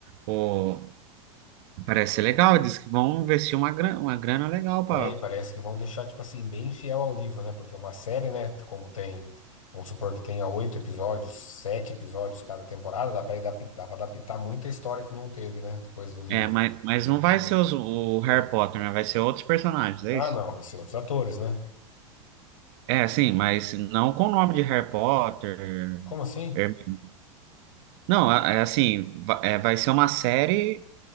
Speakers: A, on the right; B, on the left.
A: pô, parece ser legal. Diz que vão investir uma grana, uma grana legal
B: É,
A: para.
B: e parece que vão deixar, tipo assim, bem fiel ao livro, né? Porque uma série, né? Como tem, vamos supor que tenha oito episódios, sete episódios cada temporada, dá pra adap- dá pra adaptar muita história que não teve, né? Coisa do livro.
A: É, mas, mas não vai ser os- o Harry Potter, né? Vai ser outros personagens, é
B: Ah,
A: isso?
B: não, vai ser outros atores, né?
A: É, sim, mas não com o nome de Harry Potter.
B: Como assim?
A: Herm- Não, é é assim, va- é, vai ser uma série